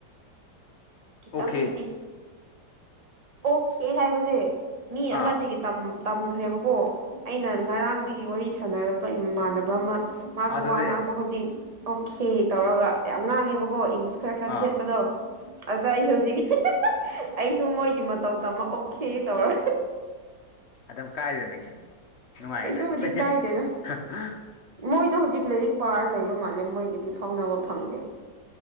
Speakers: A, on the right; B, on the left.
A: ꯈꯤꯇꯪꯕꯨꯗꯤ
B: ꯑꯣꯀꯦ
A: ꯑꯣꯀꯦ ꯍꯥꯏꯕꯅꯦ ꯃꯤ ꯑꯃꯗꯒꯤ
B: ꯑꯥ
A: ꯇꯝ ꯇꯝꯈ꯭ꯔꯦꯕꯀꯣ ꯑꯩꯅ ꯉꯔꯥꯡꯗꯒꯤ ꯋꯥꯔꯤ ꯁꯥꯟꯅꯔꯛꯄ ꯏꯃꯥꯟꯅꯕ ꯑꯃ ꯃꯥꯁꯨ
B: ꯑꯗꯨꯗꯤ
A: ꯋꯥ ꯉꯥꯡꯕ ꯈꯨꯗꯤꯡ ꯑꯣꯀꯦ ꯇꯧꯔꯒ ꯌꯥꯝ ꯉꯥꯡꯉꯦꯕꯀꯣ ꯢꯪꯂꯤꯁ ꯈꯔ ꯈꯔ
B: ꯑꯥ
A: ꯊꯦꯠꯄꯗꯣ ꯑꯗꯨꯗ ꯑꯩꯁꯨ ꯍꯧꯖꯤꯛ ꯍꯦꯍꯦ ꯍꯥ ꯑꯩꯁꯨ ꯃꯣꯏꯒꯤ ꯃꯇꯧ ꯇꯝꯃꯒ ꯑꯣꯀꯦ ꯇꯧꯔ
B: ꯑꯗꯨꯝ ꯀꯥꯏꯗꯅꯦꯒꯦ ꯅꯨꯡꯉꯥꯏꯌꯦꯅ
A: ꯀꯩꯁꯨꯕꯨꯗꯤ
B: ꯁꯤꯁꯍꯦ
A: ꯀꯥꯏꯗꯦꯗ
B: ꯍꯥꯍꯥ
A: ꯃꯣꯏꯗꯣ ꯍꯧꯖꯤꯛ ꯂꯥꯏꯔꯤꯛ ꯄꯥꯔ ꯂꯩꯕ ꯃꯥꯜꯂꯦ ꯃꯣꯏꯒꯗꯤ ꯐꯥꯎꯅꯕ ꯐꯪꯗꯦ